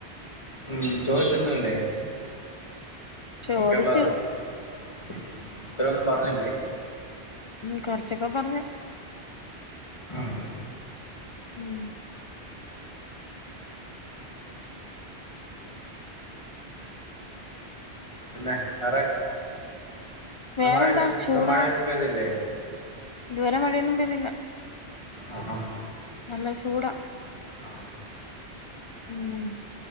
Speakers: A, on the left; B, on the left.
A: ഉം ചോദിച്ചൊന്നു ഇല്ലേ
B: ചോദിച്ചു
A: എപ്പെക്ക്ള്ളതാ ഉം ഉത്തരം ഒന്നും പറഞ്ഞ്ല്ലേ
B: ഉം കൊറച്ചൊക്കെ പറഞ്ഞു
A: ഉം
B: ഉം
A: പിന്നെ വേറെ ഇന്ന്
B: വേറെന്താ
A: മഴ ഇന്ന്
B: ചൂടാ
A: മഴയൊന്നും പെയ്തില്ലേ
B: ഇതുവരെ മഴയൊന്നും പെയ്തില്ല
A: ആഹാ
B: നല്ല ചൂടാ
A: ആഹ്
B: ഉം